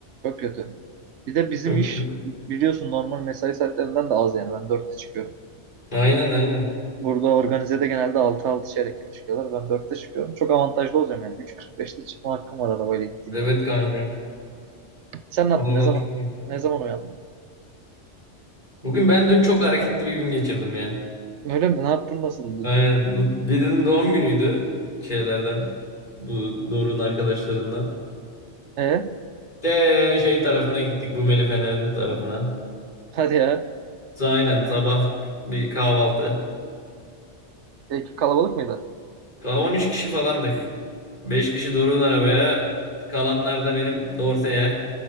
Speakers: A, on the right; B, on the left.
A: Çok kötü. Bir de bizim
B: Çok
A: iş
B: kötü.
A: biliyorsun normal mesai saatlerinden de az yani. Ben dörtte çıkıyorum.
B: Aynen aynen.
A: Burada organizede genelde altı altı çeyrek gibi çıkıyorlar. Ben dörtte çıkıyorum. Çok avantajlı olacağım yani. 3.45'te çıkma hakkım var arabayla gittiğim
B: Evet
A: zaman.
B: kanka.
A: Sen ne yaptın?
B: Vallahi
A: Ne zaman
B: çok iyi.
A: ne zaman uyandın?
B: Bugün ben dün çok hareketli bir gün geçirdim ya.
A: Öyle mi? Ne yaptın? Nasıldı?
B: Aynen. Bu birinin doğum günüydü şeylerden. Bu Doruk'un arkadaşlarından.
A: E?
B: De şey tarafına gittik. Rumeli Fener'in tarafına.
A: Hadi ya.
B: Aynen sabah bir kahvaltı.
A: Ekip kalabalık mıydı?
B: Ka- 13 kişi falandık. 5 kişi Doruk'un arabaya. Kalanlar da benim Dorse'ye.